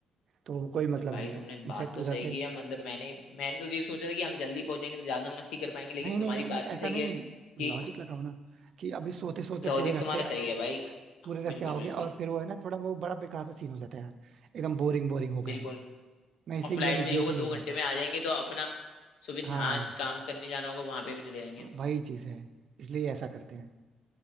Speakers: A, on the right; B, on the left.
A: तो कोई मतलब
B: भाई
A: नहीं
B: तुमने
A: है इनफैक्ट
B: बात तो
A: उधर
B: सही
A: से
B: की है मतलब मैंने मैंने तो ये सोचा था कि हम जल्दी पहुंचेंगे तो ज्यादा मस्ती कर पाएंगे लेकिन
A: नहीं
B: तुम्हारी
A: नहीं नहीं नहीं
B: बात भी
A: ऐसा
B: सही
A: नहीं
B: है कि
A: लॉजिक लगाओ ना कि अभी सोते सोते
B: लॉजिक
A: पूरे रास्ते
B: तुम्हारा सही है भाई
A: पूरे रास्ते
B: बिल्कुल
A: आओगे
B: बिल्कुल
A: और फिर वो है ना थोड़ा वो बड़ा बेकार सा सीन हो जाता है यार एकदम बोरिंग बोरिंग हो
B: बिल्कुल
A: गए मैं इसलिए
B: और फ्लाइट
A: ये नहीं
B: में
A: ये
B: ये होगा
A: चीज
B: दो
A: नहीं चाहता
B: घंटे में आ जाएंगे तो अपना सुबह
A: हाँ
B: जहाँ काम करने जाना होगा वहां पे भी चले जाएंगे
A: वही चीज है इसलिए ऐसा करते हैं